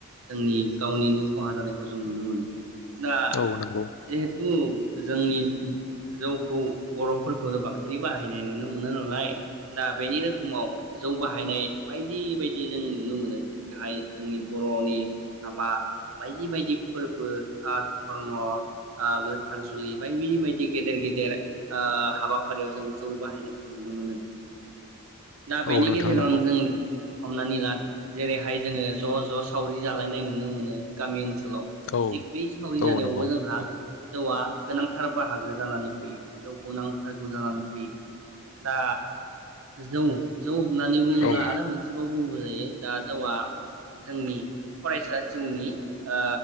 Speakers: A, on the right; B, on the left.
A: जोंनि गावनिनो खहा जानायखौ जों नुनो मोनो। <inaudible> दा
B: औ नंगौ
A: जिहे <unintelligible> जोंनि जौखौ बर'फोर खौनो बांसिनै बाहायनाय नु नुनो मोनो नालाय दा बेनि रोखोमाव जौ बाहायनाय बायदि बायदि जों नुनो मोनो जेरैहाय जोंनि बर'नि हाबा बायदि बायदि फोरबो खास खर्म ओ गो थारजुलि बायदि बायदि गेदेर गे देर ओ हाबाफारियाव जों जौ बाहायनाय खौ नुनो मोनो। दा बेनि
B: औ नोंथां
A: गेजेरावनो
B: नंगौ
A: जों हमनानै ला जेरैहाय जोङो ज' ज' सावरि जालायनाय नुनो मोनो गामि ओनसो लाव
B: औ
A: थिग बेै सावरि जानायावबो
B: औ नंगौ
A: जोंहा जौआ गोनांथार बाहागो जानानै फैयो जौखौ नांथारगौ जानानै फैयो। दा जौ जौ होननानै बुङोब्ला
B: औ
A: आरो मोनसेबाव बुंबाव जायो दा जौआ जोंनि फरायसा जिउनि ओ